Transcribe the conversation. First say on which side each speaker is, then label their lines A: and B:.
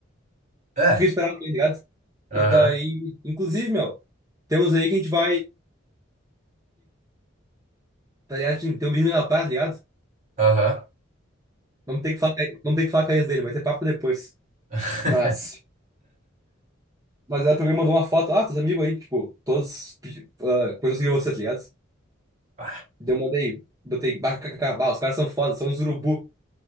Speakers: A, on the right; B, on the right.
A: É.
B: que eu esperava, tá ligado?
A: Aham.
B: E daí, inclusive, meu, temos aí que a gente vai, tá ligado? Assim, tem um vídeo na praia, tá ligado?
A: Aham.
B: Vamos ter que falar, com a- vamos ter que falar com a ex dele, mas é papo depois.
A: <laughs>
B: Mas, mas ela pegou e mandou uma foto, ah, teus amigos aí, tipo, todos pedi- ah, coisas que você, tá ligado?
A: Ah,
B: Daí eu mandei, botei, bah, kkk, bah, os caras são foda, são os urubu.